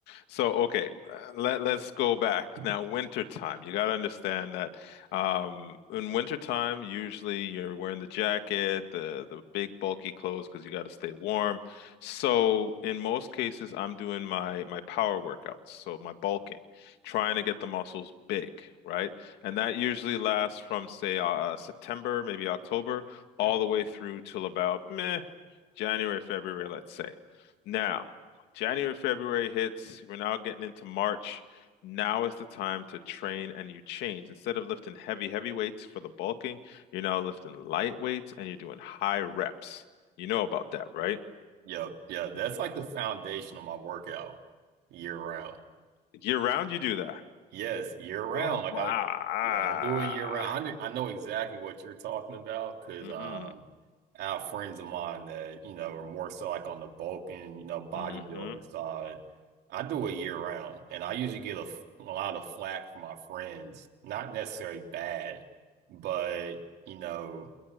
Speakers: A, on the left; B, on the right.
A: So, okay, uh, let, let's go back.
B: <laughs>
A: Now, wintertime, you got to understand that um, in wintertime, usually you're wearing the jacket, the, the big bulky clothes because you got to stay warm. So, in most cases, I'm doing my, my power workouts, so my bulking, trying to get the muscles big, right? And that usually lasts from, say, uh, September, maybe October, all
B: Yep,
A: the way through till about meh, January, February, let's say. Now, January, February hits. We're now getting into March. Now is the time to train and you change. Instead of lifting heavy, heavy weights for the bulking, you're now lifting light weights and you're doing high reps. You know about that, right?
B: yep, yeah. That's like the foundation of my workout year round.
A: Year round, you do that.
B: Yes, year round.
A: Oh,
B: Like
A: wow.
B: I, yeah, I do it year round. I, kn- I know exactly what you're talking about because
A: hmm
B: um, I have friends of mine that you know are more so like on the bulking, you know, bodybuilding
A: hmm
B: side. I do it year round, and I usually get a, f- a lot of flack from my friends. Not necessarily bad, but you know,